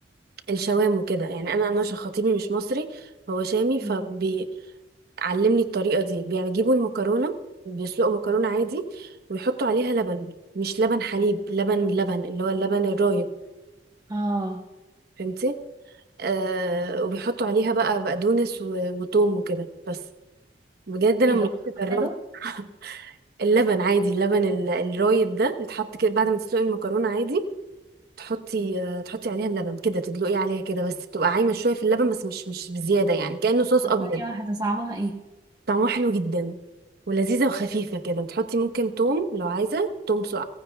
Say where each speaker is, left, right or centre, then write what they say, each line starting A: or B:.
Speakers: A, on the right (about 60°); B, on the right (about 25°).
A: الشوام وكده يعني انا انا عشان خطيبي مش مصري هو شامي فبي
B: ايوه
A: علمني الطريقة دي بيجيبوا المكرونة بيسلقوا مكرونة عادي ويحطوا عليها لبن مش لبن حليب لبن لبن اللي هو اللبن الرايب
B: اه
A: فهمتي آه وبيحطوا عليها بقى بقدونس و- وتوم وكده بس بجد انا
B: ايه
A: لما
B: ده
A: كنت جربت
B: حلو
A: <laughs> اللبن عادي اللبن ال- الرايب ده بيتحط كده بعد ما تسلقي المكرونة عادي تحطي آه، تحطي عليها اللبن كده تدلقي عليها كده بس بتبقى عايمة شوية في اللبن بس مش مش بزيادة يعني كأنه صوص
B: طب
A: أبيض
B: ثانية واحدة صعبها ايه؟
A: طعمها حلو جدا ولذيذة وخفيفة كده بتحطي ممكن توم لو عايزة توم سو...